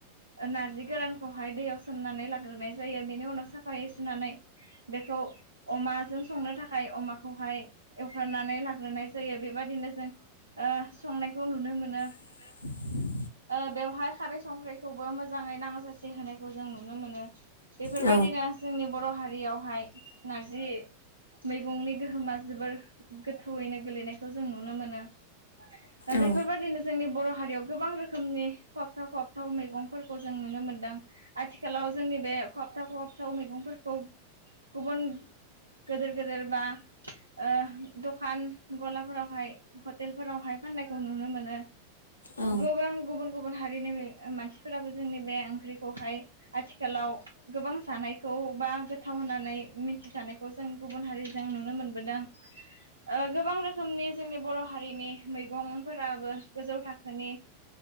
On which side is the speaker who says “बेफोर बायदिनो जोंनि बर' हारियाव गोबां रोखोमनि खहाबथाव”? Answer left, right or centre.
Right